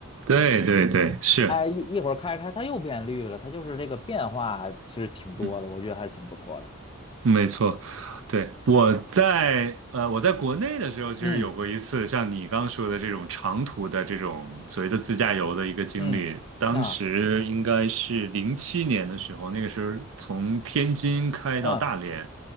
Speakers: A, on the right; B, on the left.
A: 对对对，是，
B: 哎，一一会儿开着开，它又变绿了，它就是这个变化其实挺多的，
A: 嗯，
B: 我觉得还是挺不错的。
A: 没错，对，我在呃，我在国内的时候，其实有过一次像你刚说的这种长途的这种所谓的自驾游的一个经历。
B: 嗯嗯啊
A: 当时应该是零七年的时候，那个时候从天津开到大连，
B: 嗯，